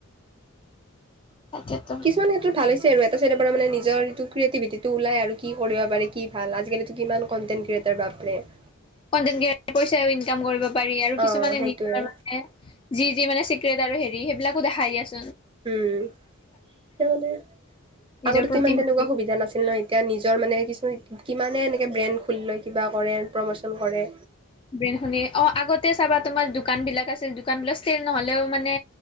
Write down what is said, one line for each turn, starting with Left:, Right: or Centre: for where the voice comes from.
Left: তাকেতো
Right: কিছুমান ক্ষেত্ৰত ভাল হৈছে আৰু এ <inaudible> তাৰপিছতে পৰা মানে নিজৰ যটো ক্ৰিয়েটিভিটিটো ওলায় আৰু কি কৰিব পাৰে কি ভাল আজিকালিতো কিমান কণ্টেণ্ট ক্ৰিয়েটাৰ ভাব ৰে -
Left: খন যেনকে কৈছে আৰু ইনকাম কৰিব পাৰি আৰু কিছুমানে
Right: অ' সেইটোয়ে
Left: নিজৰ মানে যি যি মানে চিক ট্ৰেট আৰু হেৰি সেইবিলাকো দেখাই দি আছে
Right: উম এতিয়া মানে
Left: নিজৰ
Right: আগতেটো
Left: প্ৰতিভা
Right: ইমান তেনেকুৱা সুবিধা নাছিল ন এতিয়া নিজ নিজৰ মানে কিছুমান কিমানে এনেকে ব্ৰেণ্ড খুলি লয় কিবা কৰে প্ৰমোচন কৰে
Left: ব্ৰেণ্ড খুলি অ আগতে চাবা তোমাৰ দোকানবিলাক আছিল দোকানবিলাক ছেইল নহলেও মানে